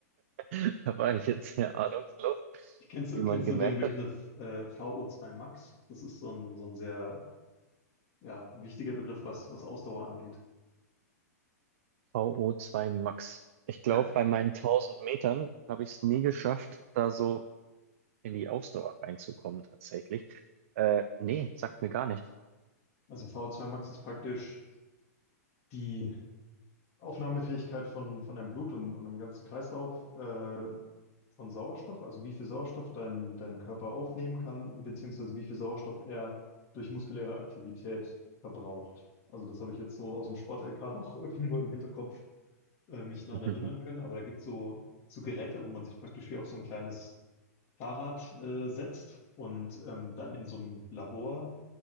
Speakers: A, on the right; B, on the left.
A: <laughs> Da war ich jetzt sehr ahnungslos,
B: Kennst du,
A: wie
B: kennst
A: man gemerkt
B: du den Begriff
A: hat.
B: äh, VO2 Max? Das ist so ein, so ein sehr ja, wichtiger Begriff, was, was Ausdauer angeht.
A: vo zwei Max. Ich glaube,
B: Ja,
A: bei meinen 1000 Metern habe ich es nie geschafft, da so in die Ausdauer reinzukommen, tatsächlich. Äh, nee, sagt mir gar nichts.
B: also VO2 Max ist praktisch die Aufnahmefähigkeit von, von deinem Blut und, und dem ganzen Kreislauf äh, von Sauerstoff, also wie viel Sauerstoff dein, dein Körper aufnehmen kann, und beziehungsweise wie viel Sauerstoff er durch muskuläre Aktivität verbraucht. Also das habe ich jetzt so aus dem Sport-LK noch <laughs> irgendwo im Hinterkopf äh, mich dran
A: <laughs>
B: erinnern können, aber da gibt es so, so Geräte, wo man sich praktisch wie auf so ein kleines Fahrrad äh, setzt und ähm, dann in so einem Labor